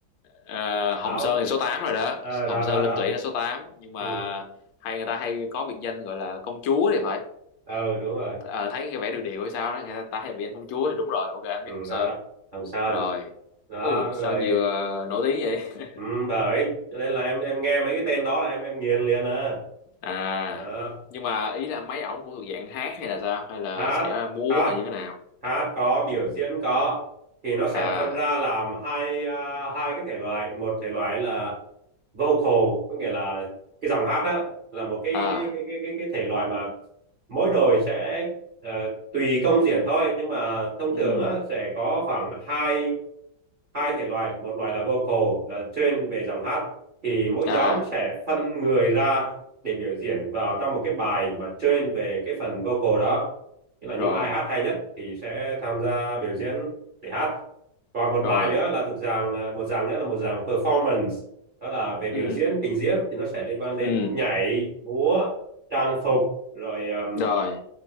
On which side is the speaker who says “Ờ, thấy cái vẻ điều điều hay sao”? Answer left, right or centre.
Left